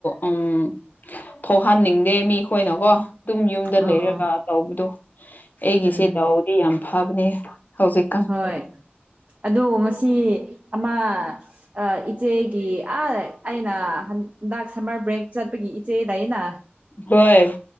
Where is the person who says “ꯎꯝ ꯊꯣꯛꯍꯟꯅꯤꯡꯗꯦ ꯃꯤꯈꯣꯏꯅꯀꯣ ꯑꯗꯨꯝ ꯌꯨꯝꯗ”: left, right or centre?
Left